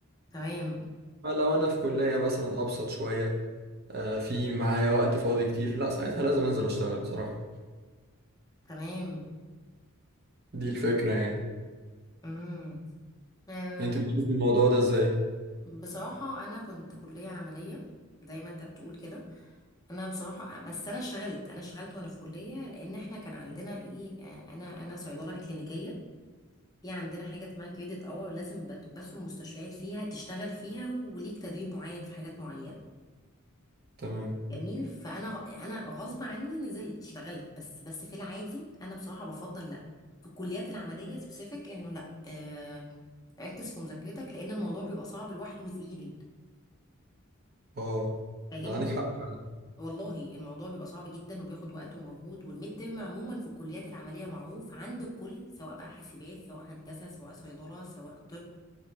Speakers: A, on the left (about 15°); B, on the right (about 50°).
A: تمام
B: فلو انا في كلية مثلا ابسط شوية آه، في معايا وقت فاضي كتير لا ساعتها لازم انزل اشتغل بصراحة
A: تمام
B: دي الفكرة يعني
A: امم أه
B: انت بتشوفي الموضوع ده ازاي
A: بصراحه انا كنت كليه عمليه زي ما انت بتقول كده انا بصراحه بس انا اشتغلت انا اشتغلت وانا في كليه لان احنا كان عندنا ايه آه، انا انا صيدله كلينيكيه في عندنا حاجه اسمها كريدت اور لازم بت- بدخل مستشفيات فيها تشتغل فيها وليك تدريب معين في حاجات معينه
B: تمام
A: جميل فانا غ- انا غصب عني نزلت اشتغلت بس بس في العادي انا بصراحه بفضل لا في الكليات العمليه سبيسيفيك انه لا آه، ركز في مذاكرتك لان الموضوع بيبقى صعب لوحده وتقيل
B: اه
A: فاهمني
B: ده عندك حق
A: والله الموضوع بيبقى صعب جدا وبياخد وقت ومجهود والميد ترم عموما في الكليات العمليه معروف عند الكل سواء بقى حاسبات سواء هندسه سواء صيدله سواء طب